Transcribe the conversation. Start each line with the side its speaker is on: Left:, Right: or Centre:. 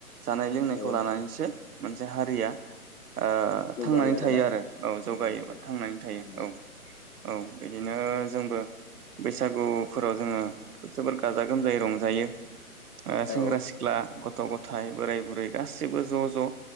Right: जानाय लोंनायखौ
Left: औ
Right: लानानैसो मोनसे हारिया ओ
Left: जौगायो
Right: थांनानै
Left: आरोना
Right: थायो आरो औ जौगायोबो
Left: उम
Right: थांनानै थायो
Left: उम
Right: औ औ बिदिनो जोंबो बैसागुफोराव जोङो जोबोर गाजा गोमजायै रंजायो सेंग्रा
Left: औ
Right: सिख्ला ग थ' गथाय बोराय बुरै गासिबो ज' ज'